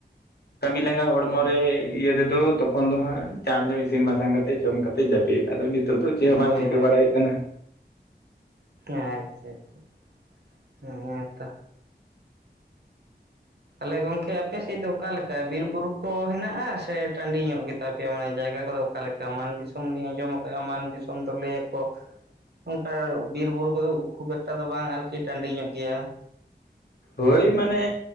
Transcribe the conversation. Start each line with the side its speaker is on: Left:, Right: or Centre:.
Left: ᱠᱟᱹᱢᱤ ᱞᱟᱸᱝᱜᱟᱜᱟ ᱦᱚᱲᱢᱚ
Right: ᱦᱳᱭ
Left: ᱨᱮ ᱤᱭᱟᱹ ᱨᱮᱫᱚ ᱛᱚᱠᱷᱚᱱ ᱫᱚ ᱦᱟᱸᱜ ᱪᱟᱬᱡᱚᱜ ᱤᱥᱤᱱ ᱵᱟᱥᱟᱝ ᱠᱟᱛᱮ ᱡᱚᱢ ᱠᱟᱛᱮ ᱡᱟᱹᱯᱤᱫ ᱟᱫᱚ ᱱᱤᱛ ᱱᱤᱛᱚᱜ ᱫᱚ ᱪᱮᱫ ᱦᱚᱸ
Right: ᱦᱳᱭ
Left: ᱵᱟᱝ ᱪᱤᱠᱟᱹ
Right: ᱦᱳᱭ,
Left: ᱵᱟᱲᱟᱭᱮ ᱠᱟᱱᱟ᱾
Right: ᱟᱪᱪᱷᱟ ᱟᱪᱪᱷᱟ ᱦᱮᱸ ᱛᱚ᱾ ᱛᱟᱦᱚᱞᱮ ᱜᱚᱝᱠᱮ ᱟᱯᱮ ᱥᱮᱫ ᱫᱚ ᱚᱠᱟ ᱞᱮᱠᱟ ᱵᱤᱨ ᱵᱩᱨᱩ ᱠᱚ ᱦᱮᱱᱟᱜᱼᱟ ᱥᱮ ᱴᱟᱺᱰᱤ ᱧᱚᱜ ᱜᱮ ᱛᱟᱯᱮᱭᱟ ᱢᱟᱱᱮ ᱡᱟᱭᱜᱟ ᱠᱚᱫᱚ ᱚᱠᱟ ᱞᱮᱠᱟ? ᱢᱟᱱ ᱫᱤᱥᱚᱢ ᱞᱤᱧ ᱟᱸᱡᱚᱢ ᱟᱠᱫᱼᱟ ᱢᱟᱱ ᱫᱤᱥᱚᱢ ᱫᱚ ᱞᱟᱹ ᱟᱠᱚ ᱚᱱᱠᱟ ᱵᱤᱨ ᱵᱩᱨᱩ ᱠᱚᱫᱚ ᱠᱷᱩᱵ ᱮᱠᱴᱟ ᱫᱚ ᱵᱟᱝ ᱟᱨᱠᱤ ᱴᱟᱺᱰᱤ ᱧᱚᱜ ᱜᱮᱭᱟ᱾
Left: ᱦᱳᱭ ᱢᱟᱱᱮ